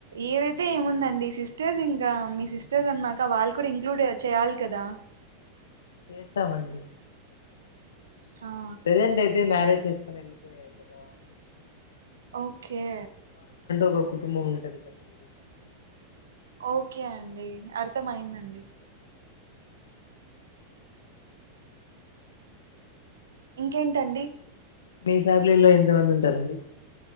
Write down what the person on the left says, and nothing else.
చేస్తామండి
ప్రజెంట్ అయితే మ్యారేజ్ చేసుకొని వెళ్ళిపోయాయి కదా అందుకు
ఒక కుటుంబం ఉంటది కదండి
మీ ఫ్యామిలీలో ఎంత మంది ఉంటారండి